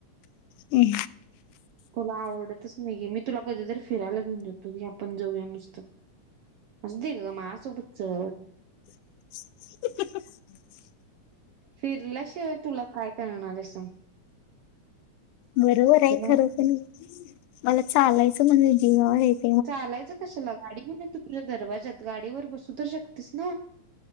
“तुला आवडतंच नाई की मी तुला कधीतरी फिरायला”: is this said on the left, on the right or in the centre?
Right